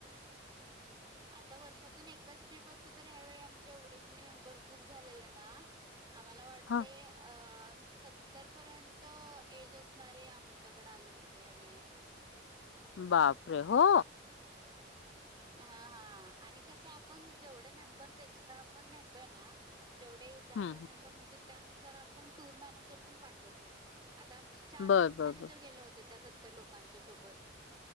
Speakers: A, on the right (about 25°); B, on the left (about 85°).
A: आता वर्षातून एकदाच ट्रिप असते तर ह्यावेेळी आमचे एवढे मेंबर्स बुक झालेले ना. आम्हाला वाटते
B: ह
A: अ स त्तरपर्यंत एज असणारे आमच्याकडे आले होते यावेळी.
B: बापरे हो?
A: हा हा आणि कसं आपण जेवढे मेंबर्स एक्स्ट्रा आपण नेतोय ना जेवढे ज्यादा
B: हम्म हम्म
A: मेंबर होत्यात त्या नुसार आपण टूर मॅनेजर पण पाठवतोय आता आमची चार
B: बर
A: टूर
B: बर
A: मॅनेजर
B: बर.
A: गेले होते त्या सत्तर लोकांच्या सोबत.